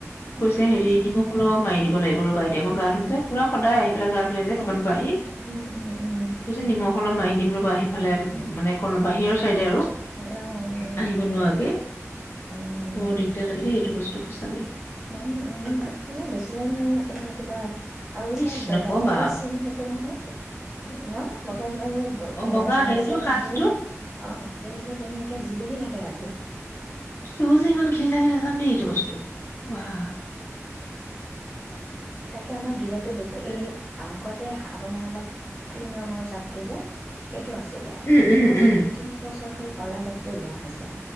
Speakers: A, on the left (about 50°); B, in the centre.
A: কৈছে
B: উম।
A: হেৰি নিমখ অলপ মাৰি দিব লাগিব ৰবা এতিয়া মই গা ধুম যে পুৰা সদায় গা ধুৱে যে
B: গাভৰু
A: দুকানৰ পৰা আহি।
B: উম, উম, উম,
A: কৈছে নিমখ অলপ মাৰি দিম ৰ'বা, সেইফালে উম, মানে <unintelligible> বাহিৰৰ চাইডে আৰু। আহিব
B: অ',
A: নোৱৰাকে,
B: উম।
A: বৰ দিগদাৰ লাগে। দেই এইটো বস্ত সঁচাকে
B: উম, উম, এনে দেখিলে মানে অপোনাৰ কিবা। <unintelligible>
A: ইচ নকবা
B: <unintelligible>
A: আৰু
B: চিন থাকে নহয়! নাই ঘৰতে যাৰ যাৰ ঘৰত
A: অ
B: মানে
A: বগা
B: যেনি
A: হেৰিটো
B: যায়,
A: সাজটো
B: তেনি অ' যেনি যায় তেনি একে জিলিকি থাকে ৰাতি।
A: কিয় যে ইমান ঘীণ লাগা <unintelligible> এইটো বস্তু, ৱাহ!
B: তাকে আমাৰ গিলতো দেখো
A: উম
B: এই আগতে আপোনাৰ অলপ ক্ৰীম ৰঙৰ জাত টো যে <unintelligible> এইটো আছিলে
A: উম
B: আজি
A: উম
B: দুই তিনি বছৰ <unintelligible> কলা জাত টো লোৱা হৈছে